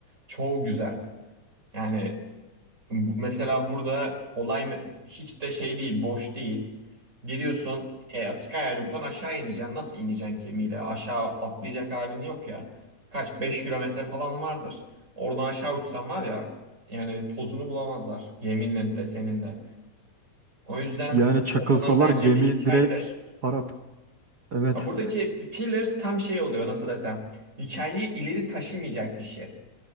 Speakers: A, on the right; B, on the right.
A: Çoğu güzel. Yani bu- mesela burada olay me- hiç de şey değil, boş değil. Geliyorsun e, Sky Island'dan aşağı ineceksin. Nasıl ineceksin gemiyle? Aşağı atlayacak halin yok ya. Kaç 5 kilometre falan vardır. Oradan aşağı uçsan var ya yani tozunu bulamazlar. Yeminle de senin de. O yüzden
B: Yani çakılsalar
A: oradan bence
B: gemi
A: bir hikayedir.
B: direkt harap. Evet.
A: Ya buradaki fillers tam şey oluyor nasıl desem. Hikayeyi ileri taşımayacak bir şey.